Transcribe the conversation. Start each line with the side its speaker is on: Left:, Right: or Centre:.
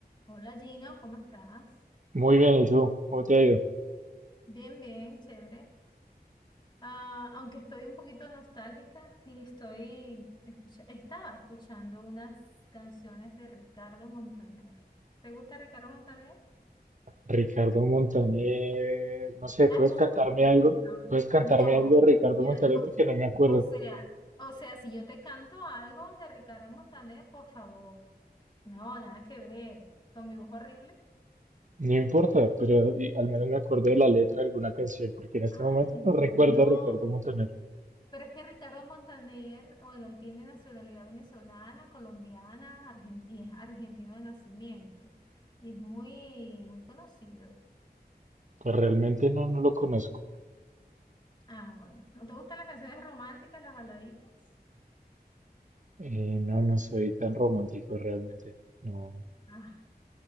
Left: Hola Gino, ¿cómo estás?
Right: Muy bien, ¿y tú? ¿Cómo te ha ido?
Left: Bien, bien, chévere. Ah, aunque estoy un poquito nostálgica y estoy escucha- estaba escuchando unas canciones de Ricardo Montaner. ¿Te gusta Ricardo Montaner?
Right: Ricardo Montaner, no sé,
Left: Las
Right: ¿puedes
Left: músicas,
Right: cantarme algo?
Left: por favor.
Right: ¿Puedes cantarme
Left: No,
Right: algo, Ricardo
Left: yo-
Right: Montaner? Porque no me acuerdo.
Left: o sea, o sea, si yo te canto algo de Ricardo Montaner, por favor. No, nada que ver. Con mi voz horrible.
Right: No importa, pero y- al menos me acuerdo de la letra de alguna canción, porque en este
Left: Ay,
Right: momento no
Left: no.
Right: recuerdo a Ricardo Montaner.
Left: Pero es que Ricardo Montaner, bueno, él tiene nacionalidad venezolana, colombiana, argen- y es argentino de nacimiento. Y es muy, muy conocido.
Right: Pues realmente no, no lo conozco.
Left: Ah, bueno. ¿No te gustan las canciones románticas, las baladitas?
Right: Eh, no, no soy tan romántico realmente, no.
Left: Ah,